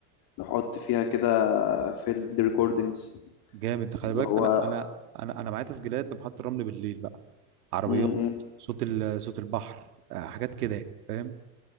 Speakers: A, on the left; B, on the right.
A: نحط فيها كده فيلد ريكوردينجز
B: جامد خلي
A: اللي
B: بالك
A: هو
B: انا انا انا انا معايا تسجيلات لمحطة الرمل بالليل بقى عربيات
A: امم
B: صوت ال- صوت البحر آه، حاجات كده يعني فاهم